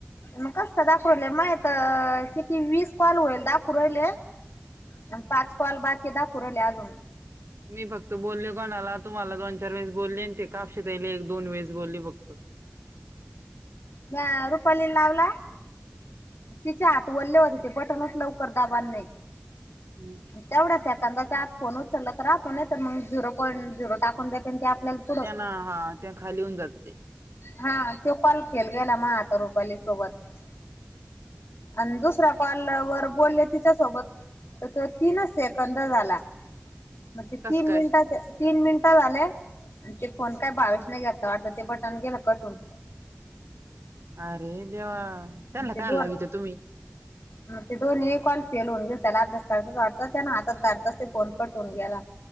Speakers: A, on the left; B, on the right.
A: मग कस काय दाखू राहिले? माए तर किती वीस कॉल होईल दाखु राहिले. अन पाच कॉल बाकी दाखवू राहिले अजून.
B: मी फक्त बोलले कोणाला, तुम्हाला दोन चार वेळेस बोलले, अन ते कापशीताईला एक दोन वेळेस बोलले फक्त.
A: म्या रुपाली लावला, तिच्या हात वल्ले होते ते बटनच लवकर दबान नाही.
B: हम्म
A: तेवढ्या सेकंदाच्या आत फोन उचलला तर राहतो, नाहीतर मग झिरो पॉईंट झिरो टाकून देतेन ते आपल्याला पुढं
B: तेना हा त्या खाली होऊन जाते.
A: हा, तो कॉल फेल गेला मा तर रुपाली सोबत. आणि दुसऱ्या कॉल वर बोलले तिच्यासोबत तर तो तीनच सेकंद झाला, मग ते तीन
B: कस काय
A: मिनिटाच्या तीन मिनिटं झाले, आणि ते फोन काय बावीस नाही घेतला वाटत ते बटन गेलं कट होऊन.
B: अरे देवा! त्यांना
A: ते
B: काय
A: दोन
B: लावीत <inaudible>
A: हा ते दोन ही कॉल फेल होऊ गेले, त्याला अभ्यास करायचा होता वाटतं त्यानं हातात धरताच ते फोन कट होऊन गेला.